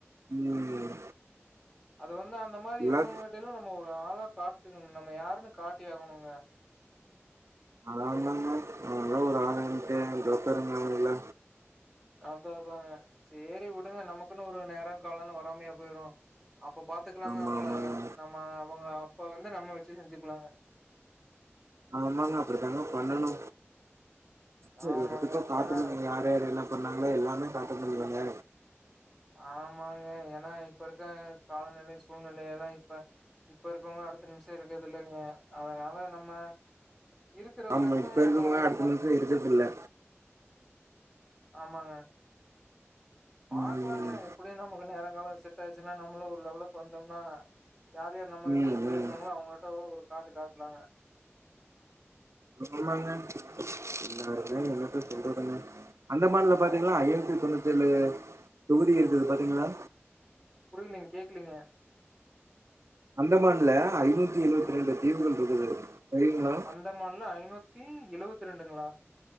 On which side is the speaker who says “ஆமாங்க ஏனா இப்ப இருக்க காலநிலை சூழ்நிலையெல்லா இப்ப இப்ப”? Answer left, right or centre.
Centre